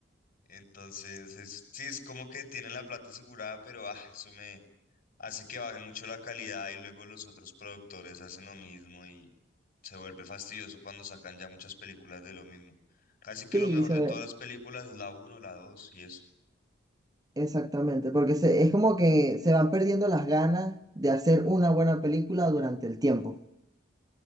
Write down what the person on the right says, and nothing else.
Sí,
se
ve.
Exactamente, porque se, es como que se van perdiendo las ganas de hacer una buena película durante el tiempo.